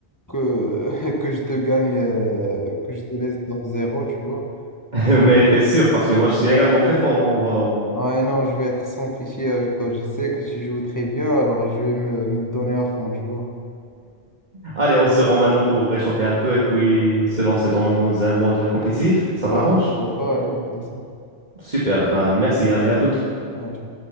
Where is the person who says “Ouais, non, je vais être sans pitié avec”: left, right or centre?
Left